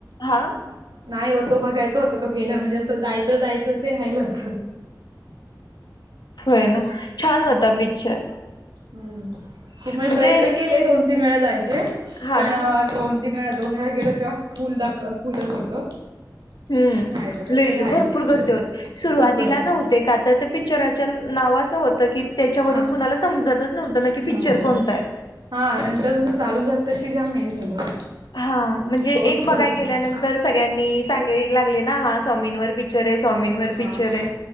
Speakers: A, on the left; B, on the right.
A: हा
B: नाही हो तो बघायच होत तो गेला म्हणजे असं जायचं जायचं ते राहिलंच.
A: होय ना छान
B: हम्म
A: होता पिक्चर.
B: हम्म मी
A: म्हणजे
B: प्रयत्न केले दोन तीन वेळा जायचे
A: हा
B: पण
A: ना
B: तो तीन वेळा दोन वेळा गेलो तेव्हा फुल दाखव फुलचं होतं.
A: हम्म
B: राहिलं नंतर
A: लई
B: राहिलच
A: लई भरपूर गर्दी होते सुरुवातीला
B: खूप गर्दी होती
A: नव्हते का तर ते पिक्चराचा नाव असं होतं की त्याच्यावरून
B: हा
A: कुणाला समजतच नव्हतं ना की
B: नव्हतं
A: पिक्चर कोणता आहे.
B: हा नंतर जसं चालू झालं तशी जाम हे झालं.
A: हा म्हणजे
B: हाऊसफुलच
A: एक बघाय
B: असायची
A: गेल्यानंतर सगळ्यांनी सांगाय लागले ना हा स्वामींवर पी क्चर आहे स्वामींन वर
B: हा
A: पिक्चर आहे.